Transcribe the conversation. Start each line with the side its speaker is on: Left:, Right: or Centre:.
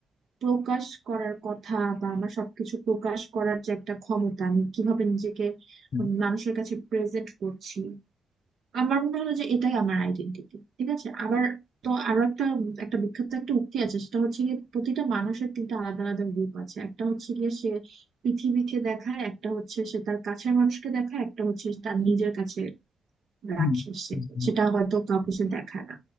Right: প্রকাশ করার কথা বা আমার সবকিছু প্রকাশ করার যে একটা ক্ষমতা আমি কিভাবে নিজেকে
Left: হুম,
Right: উম মানুষের কাছে প্রেজেন্ট করছি আমার মনে হলো যে এটাই আমার আইডেন্টিটি ঠিক আছে আবার তো আরো একটা একটা বিখ্যাত একটা উক্তি আছে সেটা হচ্ছে গিয়ে প্রতিটা মানুষের তিনটা আলাদা আলাদা রূপ আছে একটা হচ্ছে গিয়ে সে পৃথিবীকে দেখায় একটা হচ্ছে সে তার কাছের মানুষকে দেখায় একটা হচ্ছে তার নিজের কাছে
Left: হুম,
Right: রাখে সে
Left: হুম, হুম,
Right: সেটা হয়তো কাউকে সে দেখায় না